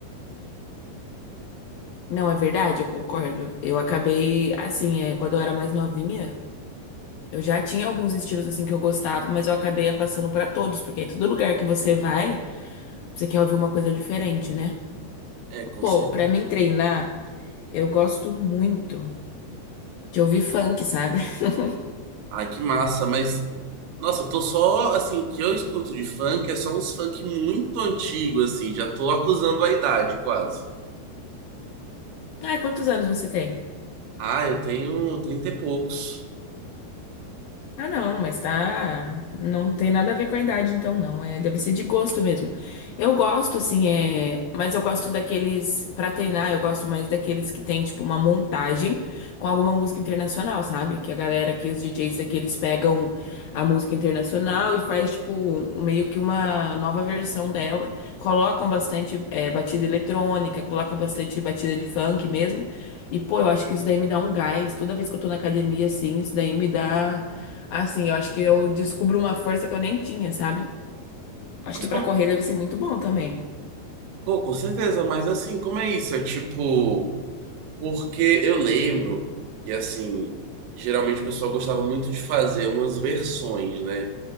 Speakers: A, on the left; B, on the right.
A: Não, é verdade, eu concordo. Eu acabei assim, é, quando eu era mais novinha, eu já tinha alguns estilos assim que eu gostava, mas eu acabei passando pra todos, porque em todo lugar que você vai, você quer ouvir uma coisa diferente, né?
B: É, com
A: Pô,
B: certeza.
A: pra mim treinar, eu gosto muito de ouvir funk, sabe? <laughs>
B: Ai, que massa, mas. Nossa, eu tô só, assim, o que eu escuto de funk é só uns funk muito antigo, assim, já tô acusando a idade, quase.
A: Ah, quantos anos você tem?
B: Ah, eu tenho 30 e poucos.
A: Ah, não, mas tá. Não tem nada a ver com a idade, então não. É, deve ser de gosto mesmo. Eu gosto, assim, é. Mas eu gosto daqueles. Pra treinar, eu gosto mais daqueles que tem, tipo, uma montagem com alguma música internacional, sabe? Que a galera aqui, os DJs daqui, eles pegam a música internacional e faz, tipo, um- meio que uma nova versão dela. Colocam bastante, é, batida eletrônica, colocam bastante batida de funk mesmo. E, pô, eu acho que isso daí me dá um gás. Toda vez que eu tô na academia, assim, isso daí me dá. Assim, eu acho que eu descubro uma força que eu nem tinha, sabe? Acho
B: Mas
A: que pra
B: como,
A: correr deve ser muito bom também.
B: pô, com certeza, mas assim, como é isso? É tipo, porque eu lembro que, assim, geralmente o pessoal gostava muito de fazer umas versões, né?